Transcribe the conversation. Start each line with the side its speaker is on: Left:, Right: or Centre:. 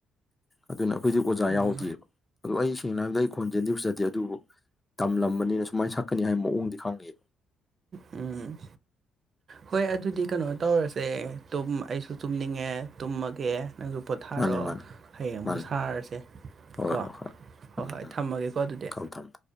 Left: ꯑꯗꯨꯅ ꯑꯈꯣꯏꯗꯤ ꯑꯣꯖꯥ
Right: ꯎꯝ
Left: ꯌꯥꯎꯗꯦꯕ ꯑꯗꯨ ꯑꯩ ꯁꯦꯡꯅ ꯍꯥꯏꯕꯗ ꯑꯩ ꯈꯣꯟꯖꯦꯟꯗꯤ ꯐꯖꯗꯦ ꯑꯗꯨꯕꯨ ꯇꯝꯂꯝꯕꯅꯤꯅ ꯁꯨꯃꯥꯏꯅ ꯁꯛꯀꯅꯤ ꯍꯥꯏꯕ ꯃꯑꯣꯡꯗꯤ ꯈꯪꯉꯦ
Right: ꯎꯝ ꯍꯣꯏ ꯑꯗꯨꯗꯤ ꯀꯩꯅꯣ ꯇꯧꯔꯁꯦ ꯇꯨꯝ ꯑꯩꯁꯨ ꯇꯨꯝꯅꯤꯡꯉꯦ ꯇꯨꯝꯃꯒꯦ ꯅꯪꯖꯨ ꯄꯣꯊꯥꯔꯣ
Left: ꯃꯥꯅꯦ ꯃꯥꯅꯦ
Right: ꯍꯌꯦꯡ ꯑꯃꯨꯛ
Left: ꯃꯥꯅꯦ
Right: ꯁꯥꯔꯁꯦ
Left: ꯍꯣꯏ
Right: ꯀꯣ
Left: ꯍꯣꯏ ꯍꯣꯏ
Right: ꯍꯣꯏ
Left: ꯎꯝ
Right: ꯍꯣꯏ
Left: ꯎꯝ
Right: ꯊꯝꯃꯒꯦꯀꯣ ꯑꯗꯨꯗꯤ
Left: ꯊꯝꯃꯦ ꯊꯝꯃꯦ